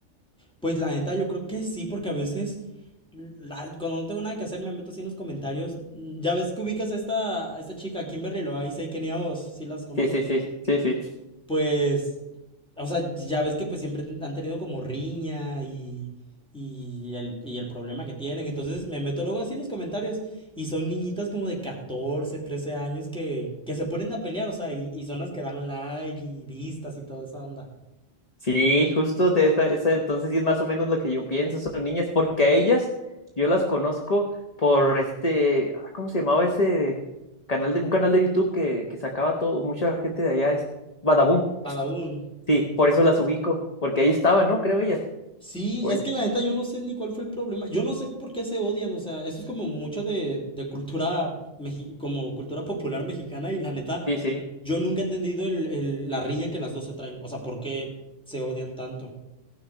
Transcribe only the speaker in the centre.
Pues la neta, yo creo que sí, porque a veces, la- cuando no tengo nada que hacer, me meto así en los comentarios. Mm, Ya ves que ubicas a esta, a esta chica, Kimberly Loaiza y Kenia Os, si las conoces.
Pues, o sea, ya ves que pues siempre han tenido como riña y, y el, y el problema que tienen. Entonces me meto luego así en los comentarios y son niñitas como de 14, 13 años que, que se ponen a pelear, o sea, y, y son las que dan like y vistas y toda esa onda.
Badaún.
Sí,
es
que la neta yo no sé ni cuál fue el problema. Yo no sé por qué se odian, o sea, eso es como mucho de, de cultura, meji- como cultura popular mexicana y la neta
Yo nunca he entendido el- el- la riña que las dos se traen. O sea, ¿por qué se odian tanto?